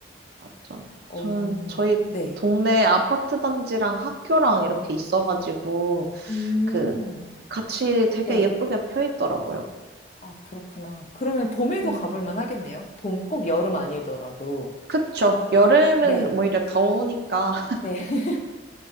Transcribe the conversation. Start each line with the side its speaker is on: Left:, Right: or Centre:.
Right: 맞죠.
Left: 어,
Right: 저는 저희
Left: 네.
Right: 동네 아파트 단지랑 학교랑 이렇게 있어가지고
Left: 음,
Right: 그 같이 되게
Left: 네.
Right: 예쁘게 펴 있더라고요.
Left: 아, 그렇구나. 그러면 봄에도
Right: 음,
Left: 가볼 만하겠네요. 봄 꼭 여름 아니더라도.
Right: 그쵸. 여름은
Left: 네,
Right: 오히려 더우니까 <laughs>
Left: 네, <laughs>